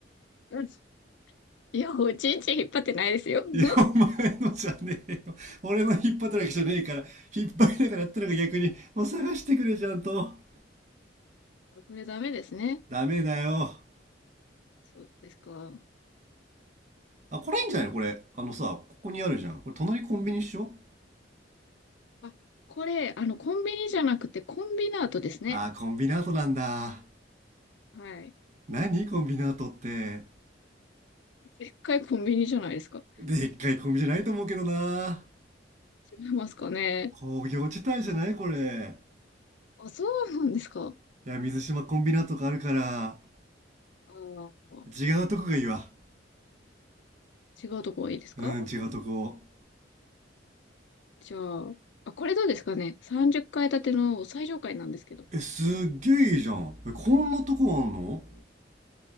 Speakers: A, on the left; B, on the right.
A: うんいや、おちんちん引っ張ってないですよ。<laughs>
B: いや、お前のじゃねえよ。俺の引っ張ったわけじゃねえから、引っ張りながらやったのが逆に、もう探してくれちゃんと。
A: あこれダメですね。
B: ダメだよ。
A: そうですか。
B: あ、これいいんじゃないのこれ。あのさ、ここにあるじゃん。これ隣コンビニっしょ
A: あ、これ、あの、コンビニじゃなくて、コンビナートですね。
B: あー、コンビナートなんだ。
A: はい。
B: 何コンビナートって。
A: でっかいコンビニじゃないですか。
B: でっかいコンビじゃないと思うけどな。
A: 違いますかね。
B: 工業地帯じゃないこれ。
A: あ、そうなんですか。
B: いや、水島コンビナとかあるから、
A: あー
B: 違うとこがいいわ。
A: 違うとこがいいですか
B: うん、違うとこ。
A: じゃあ、あ、これどうですかね。30階建ての最上階なんですけど。
B: え、すっげえいいじゃん。え、こんなとこあんの